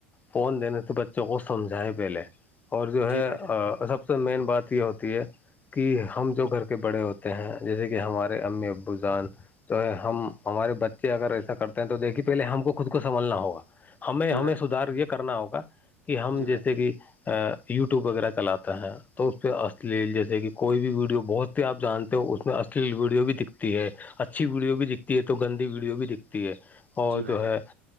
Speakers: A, on the left; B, on the right.
A: فون دینے سے بچوں کو سمجھائے پہلے اور جو ہے
B: جی بھائی جان
A: سب سے مین بات یہ ہوتی ہے کہ ہم جو گھر کے بڑے ہوتے ہیں جیسے کہ ہمارے امی ابو جان تو ہمارے بچے اگر ایسا کرتے ہیں تو دیکھیے پہلے ہم کو خود کو سبھنا ہوگا ہمیں
B: جی
A: ہمیں
B: بھائی
A: سدھار یہ کرنا ہوگا کہ ہم
B: جی
A: جیسے
B: بھائی
A: کہ یو ٹیوب وغیرہ چلاتا ہیں تو اس پہ اشلیل جیسے کہ کوئی بھی ویڈیو بہت سی آپ جانتے ہو اس میں اشلیل ویڈیو بھی دکھتی ہے اچھی ویڈیو بھی دکھتی ہے تو گندی ویڈیو بھی دکھتی ہے اور
B: جی بھائی
A: جو
B: جان
A: ہے